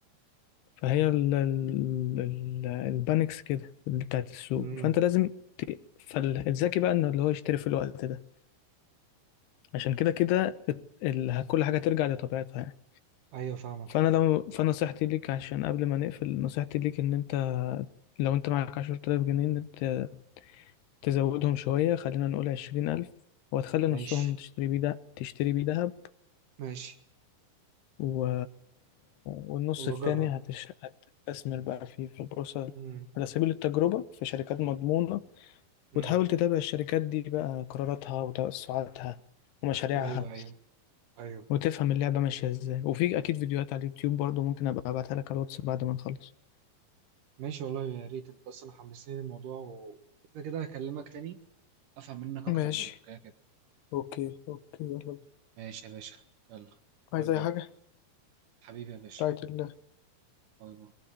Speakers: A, on the left (about 85°); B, on the right (about 60°).
A: فهي ال ال ال البانكس كده اللي بتاعت السوق
B: امم
A: فانت لازم فالذكي بقى انه اللي هو يشتري في الوقت ده عشان كده كده ال- ال- كل حاجه ترجع لطبيعتها يعني
B: ايوه فاهمك
A: فانا
B: فاهم
A: لو فنصيحتي ليك عشان قبل ما نقفل نصيحتي ليك ان انت لو انت معاك 10000 جنيه ان انت تزودهم شويه خلينا نقول 20000 وتخلي نصهم
B: ماشي
A: تشتري بيه ده تشتري بيه دهب
B: ماشي
A: و... والنص
B: واجرب
A: التاني هتش... هتستثمر بقى فيه في البورصة
B: امم
A: على سبيل التجربة في شركات مضمونة
B: امم
A: وتحاول تتابع الشركات دي بقى قراراتها وتوسعاتها ومشاريعها
B: ايوه ايوه ايوه
A: وتفهم اللعبة ماشية ازاي وفي أكيد فيديوهات على اليوتيوب برضو ممكن أبقى أبعتها لك على الواتس بعد ما نخلص
B: ماشي والله يا ريت انت اصلا حمسني الموضوع وكده كده هكلمك تاني افهم منك
A: ماشي
B: اكتر برضو كده كده
A: اوكي اوكي يلا بينا
B: ماشي يا باشا يلا
A: عايز
B: باي باي
A: اي حاجة
B: حبيبي يا باشا
A: رايت الله.
B: باي باي